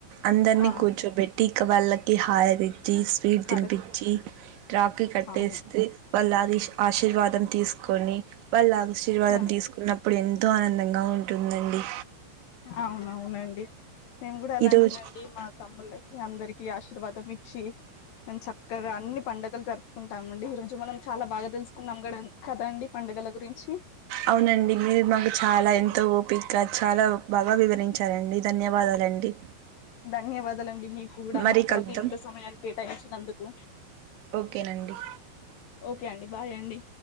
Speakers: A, on the right; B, on the left.
A: అందరినీ
B: ఆ
A: కూర్చోబెట్టి ఇక వాళ్ళకి హారతి స్వీట్
B: కరెక్ట్
A: తినిపించి రాకీ కట్టేస్తే
B: అవును
A: <unintelligible> ఆశీర్వాదం తీసుకొని వాళ్ళ ఆశీర్వాదం
B: ఆ
A: తీసుకున్నప్పుడు ఎంతో ఆనందంగా ఉంటుందండి
B: అవునవునండి మేము కూడ అలానేనండి
A: ఈరోజు
B: మా తమ్ముళ్లకి అందరికిీ ఆశీర్వాదం ఇచ్చి చక్కగా అన్ని పండుగలు జరుపుకుంటాం అండి ఈ రోజు మనం చాలా బాగా తెలుసుకున్నాం కద కదండి ప పండగల గురించి
A: అవునండి మీరు మాకు చాల ఎంతో ఓపి ఇక చాలా బాగ వివరించారండి ధన్యవాదాలండి
B: ధన్యవాదాలండి మీకు కూడ
A: మరి
B: మా కొరకు
A: కలుద్దాం
B: ఇంత సమయాన్ని కేటాయించినందుకు
A: ఓకేనండి
B: ఓకే అండి బాయ్ అండి